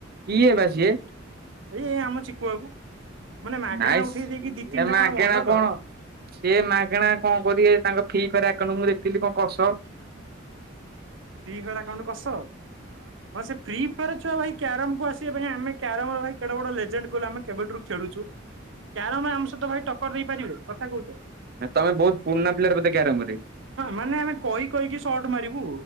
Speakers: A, on the right; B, on the right.
A: କିଏ ବା ସିଏ
B: ଏଇ ଆମ ଚିକୁ ବାବୁ ମାନେ ମାଗଣା
A: ନାଇଁ
B: ଉଠେଇ ଦେଇକି ଦି ତିନିଟା
A: ଏ ମାଗେଣା
B: କଣ ବଣ୍ଡଲ
A: କଣ ସିଏ ମାଗଣା କଣ କରିବେ ତାଙ୍କ ଫ୍ରି ଫାୟାର ଆକାଉଣ୍ଟ ମୁଁ ଦେଖିଥିଲି କସ। <inaudible>
B: ଫ୍ରି ଫାୟାର ଆକାଉଣ୍ଟ କସ। ହଁ ସେ ଫ୍ରି ଫାୟାର ଛୁଆ ଭାଇ କ୍ୟାରମ୍ କୁ ଆସିବା ପାଇଁ ଆମେ କ୍ୟାରମ୍ ରେ ଭାଇ କେଡେ ବଡ ଲେଜେଣ୍ଡ କହିଲୁ ଆମେ କେବେଠାରୁ ଖେଳୁଚୁ।
A: ହ <inaudible>
B: କ୍ୟାରମ୍ ରେ ଆମ ସହିତ ଭାଇ ଟକ୍କର ଦେଇପାରିବେ କଥା କହୁଚ।
A: ନାଇଁ ତମେ ବହୁତ ପୁରୁଣା ପ୍ଲେୟର ବୋଧେ କ୍ୟାରମ ରେ?
B: ମାନେ ଆମେ କହି କହିକି ସର୍ଟ ମାରିବୁ।